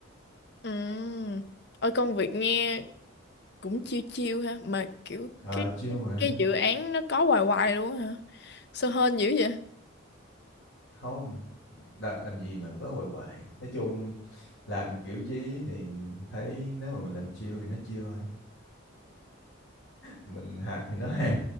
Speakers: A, on the left; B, on the left.
A: Ừ. Ôi công việc nghe cũng chiêu chiêu ha mà kiểu
B: Ờ,
A: cái
B: chưa mà.
A: cái dự án nó có hoài hoài luôn á hả? Sao hên dữ vậy?
B: Không, đã, làm gì mà có hoài hoài. Nói chung, làm kiểu chí thì thấy nếu mà mình làm chiêu thì nó chiêu thôi. Mình hạt thì nó <laughs> hạt.